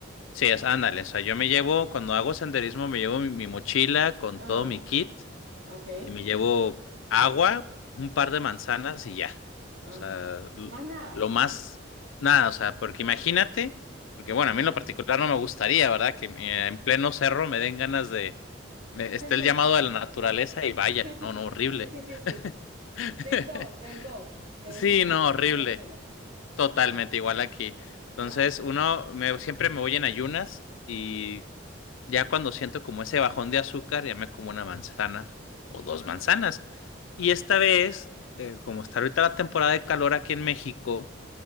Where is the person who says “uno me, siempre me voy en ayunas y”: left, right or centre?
Left